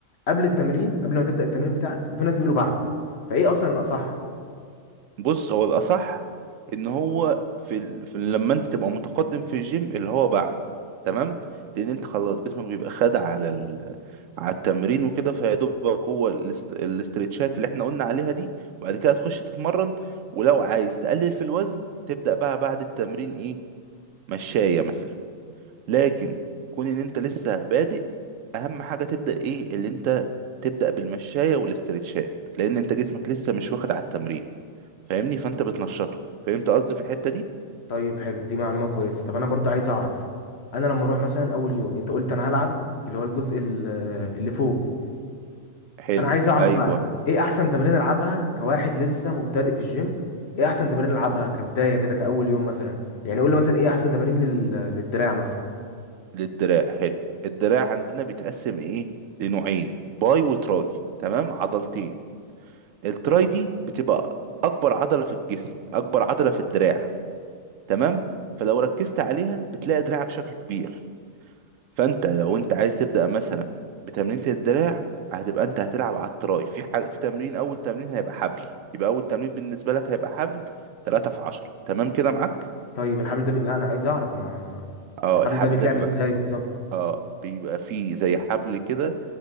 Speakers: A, on the left; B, on the right.
A: قبل التمرين قبل ما تبدا التمرين بتاعك وفي ناس بيقولوا بعد فايه اصلا الاصح
B: بص هو الأصح إن هو في, ال... في لما أنت تبقى متقدم في الجيم اللي هو بعد تمام لأن أنت خلاص جسمك بيبقى خد على ال... على التمرين وكده فيا دوبك هو الاست... الاسترتشات اللي إحنا قلنا عليها دي وبعد كده تخش تتمرن ولو عايز تقلل في الوزن تبدأ بقى بعد التمرين إيه مشاية مثلا لكن كون إن أنت لسه بادئ أهم حاجة تبدأ إيه اللي أنت تبدأ بالمشاية والاسترتشات لأن أنت جسمك لسه مش واخد على التمرين فاهمني فانت بتنشطه فهمت قصدي في الحتة دي
A: طيب حلو دي معلومة كويسة طب أنا برضه عايز أعرف أنا لما أروح مثلا أول يوم أنت قلت أنا هلعب اللي هو الجزء ال- اللي فوق
B: حلو
A: أنا عايز أعرف
B: ايوه
A: بقى إيه أحسن تمرين ألعبها كواحد لسه مبتدئ في الجيم إيه أحسن تمرين ألعبها كبداية كده كأول يوم مثلا يعني قول لي مثلا إيه أحسن تمارين لل... للدراع مثلا
B: للدراع حلو الدراع عندنا بيتقسم ايه لنوعين باي وتراي تمام عضلتين التراي دي بتبقى اكبر عضلة في الجسم اكبر عضلة في الدراع تمام فلو ركزت عليها بتلاقي دراعك شكله كبير فانت لو انت عايز تبدأ مثلا بتمرينة الدراع هتبقى انت هتلعب على التراي في حاجة في تمرين اول تمرين هيبقى حبل يبقى اول تمرين بالنسبة لك هيبقى حبل 3 في 10 تمام كده معاك
A: طيب الحبل ده بي... لا أنا عايز أعرف أنا
B: اه
A: الحبل
B: الحبل
A: ده بيتلعب
B: ده بيبقى
A: إزاي بالظبط
B: اه بيبقى فيه زي حبل كده